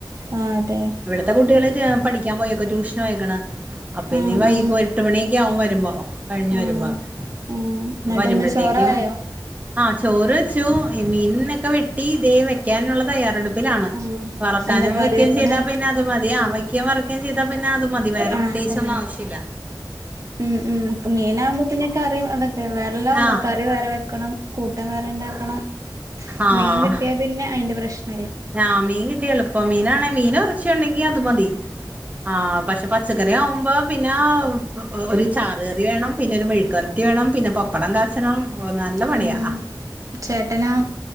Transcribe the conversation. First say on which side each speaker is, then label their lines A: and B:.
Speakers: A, on the right (about 45°); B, on the right (about 20°).
A: ആഹ് അതെ
B: ഇവിട വ്ട്‌ത്തെ കുട്ടികളെക്കെ പഠിക്കാ പോയേക്ക ട്യൂഷനെയേക്ണ അപ്പം
A: ഉം
B: ഇനി വൈകോ
A: ഉം
B: എട്ട് മണിയ്ക്കെവും വരുമ്പോ കഴിഞ്ഞു
A: ആഹ്
B: വരുമ്പോ അപ്പൊ
A: ഉം എന്നിട്ടെന്താ
B: വരുമ്പഴത്തേക്കും
A: ചോറായോ
B: ആഹ് ചോറ് വെച്ചു ഈ മീനൊക്കെ വെട്ടി തേ വെക്കാനുള്ള തയ്യാറെടു പ്പിലാണ്
A: ആഹ്
B: വറക്കാനും
A: എന്താ കറി
B: വെക്കെ
A: വെക്കണെ
B: ചെയ്താ പിന്നെ അത് മതിയാവ ക്ക്യേം വറക്കെ ചെയ്താ പിന്നെ അത് മതി വേറെ
A: ആഹ്
B: പ്രതേകിച്ചൊന്നും
A: ആഹ്
B: ആവശ്യല്ല
A: ഉം ഉം പ്പ മീനാകുമ്പോ പിന്നെ കറി അതൊക്കെ വേറെല്ലാം മ്പോ
B: ആഹ്
A: കറി വേറെ വെക്കണം കൂട്ടാം വേറെണ്ടാക്കണം
B: ആഹ്
A: മീൻ കിട്ടിയാ പിന്നെ അയ്ന്റെ പ്രശ്നം
B: ആഹ് മീൻ കിട്ടിയ എളുപ്പം മീനാണെ മീനോറച്ചൊണ്ടെങ്കി അത് മതി ആഹ് പക്ഷെ പ പച്ചക്കറി ആവുമ്പോ പിന്നെ ഒരു ചാറുകറി വേണം പിന്നെ ഒരു മെഴുക്ക് വറ കത്തി വേണം പിന്നെ പപ്പടം കാച്ചണം നല്ല പണിയാ
A: ഉം ഉം ചേട്ടനോ